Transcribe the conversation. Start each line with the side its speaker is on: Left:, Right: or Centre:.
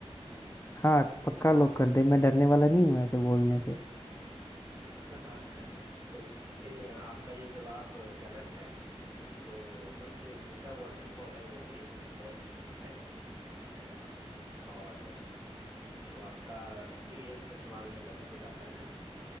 Left: हाँ पक्का लॉक कर दें मैं डरने वाला नहीं हूँ ऐसे बोलने से
Right: <laughs> हाँ, चलिए लेकिन आपका ये जवाब गलत है जो सबसे ऊंचा वाटरफॉल है वो एंजल फॉल्स है है ना और अ, तो आपका भी एक सवाल गलत हो जाता है